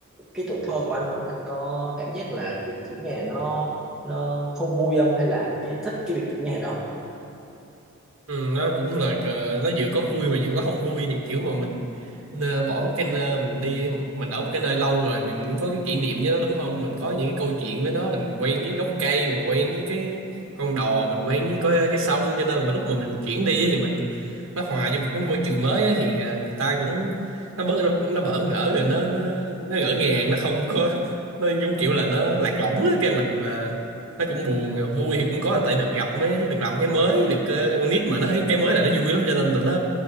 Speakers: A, in the centre; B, on the right.
A: cái tuổi thơ của anh anh có cảm giác là việc chuyển nhà nó nó không vui không hay là anh cái thích cái việc chuyển nhà đó
B: Ừ, nó cũng là cờ- nó vừa có vui mà vừa có không vui thì kiểu mà mình nơ- bỏ một cái nơi mình đi mình ở một cái nơi lâu rồi mình mình cũng có cái kỷ niệm với nó đúng không mình có những cái câu chuyện với nó mình quen với gốc cây mình quen với cái con đò mình quen với cái, cái sông cho nên mà lúc mà mình chuyển đi thì mình nó hòa vô một cái môi trường mới á, thì à, người ta cũng nó bớt nó, nó bỡ ngỡ rồi nó nó nó ngỡ ngàng nó không có nó giống kiểu là nó lạc lõng á cái mình à, nó cũng buồn à, vui thì cũng có là tại được gặp mới được làm cái mới được ờ, con nít mà nó thấy cái mới là nó vui lắm cho nên là nó